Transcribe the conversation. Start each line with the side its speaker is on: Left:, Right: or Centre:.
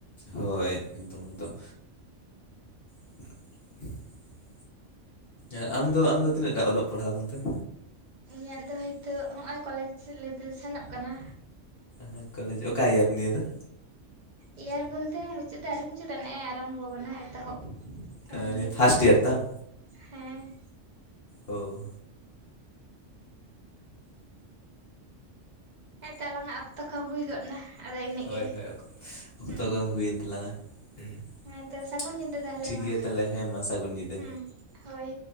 Left: ᱦᱳᱭ ᱮᱠᱫᱚᱢ ᱮᱠᱫᱚᱢ᱾ <inaudible> ᱟᱨ ᱟᱢᱫᱚ ᱟᱢᱫᱚ ᱛᱤᱱᱟᱹᱜᱴᱟ ᱚᱞᱚᱜ ᱯᱟᱲᱦᱟᱣ ᱠᱟᱱ ᱛᱮᱢ?
Right: ᱤᱧᱟᱹᱜ ᱫᱚ ᱱᱤᱛᱚᱜ ᱱᱚᱜᱼᱚᱭ ᱠᱚᱞᱮᱡᱽ ᱞᱮᱵᱮᱞ ᱥᱮᱱᱚᱜ ᱠᱟᱱᱟ᱾
Left: ᱦᱮ ᱠᱚᱞᱮᱡᱽ ᱚᱠᱟ ᱭᱟ ᱱᱤᱭᱟᱹ ᱫᱚ?
Right: ᱮᱭᱟᱨ ᱵᱚᱞᱛᱮ ᱢᱩᱪᱟᱹᱫ ᱫᱚ ᱟᱹᱣᱨᱤ ᱢᱩᱪᱟᱹᱫᱱᱟᱜᱼ ᱮ ᱟᱨᱟᱢᱵᱚ ᱟᱠᱟᱱᱟ ᱮᱛᱚᱦᱚᱵ᱾ ᱟᱠᱟᱱ
Left: ᱮᱸ ᱱᱤᱭᱟᱹ
Right: ᱜᱮᱭᱟ
Left: ᱯᱷᱟᱥᱴ ᱤᱭᱟᱨ ᱛᱟᱢ?
Right: ᱦᱮᱸ
Left: ᱚᱸ
Right: ᱦᱮᱸᱛᱚ ᱟᱞᱟᱝᱼᱟᱜ ᱚᱠᱛᱚ ᱠᱚᱸ ᱦᱩᱭ ᱜᱚᱫ ᱮᱱᱟ ᱟᱫᱚ ᱤᱱᱟᱹᱜ
Left: ᱦᱳᱭ
Right: ᱜᱮ
Left: ᱦᱳᱭ ᱚᱠᱛᱚ
Right: ᱦᱩᱸ
Left: ᱫᱚ ᱦᱩᱭᱮᱱ ᱛᱟᱞᱟᱝ-ᱟ ᱾
Right: ᱦᱮᱸ ᱛᱚ ᱥᱟᱹᱜᱩᱱ ᱧᱤᱫᱟᱹ ᱛᱟᱦᱚᱞᱮ
Left: ᱴᱷᱤᱠ
Right: ᱢᱟ
Left: ᱜᱮᱭᱟ ᱛᱟᱦᱞᱮ ᱦᱮᱸ ᱢᱟ ᱥᱟᱹᱜᱩᱱ ᱧᱤᱫᱟᱹ
Right: ᱦᱮᱸ ᱦᱳᱭ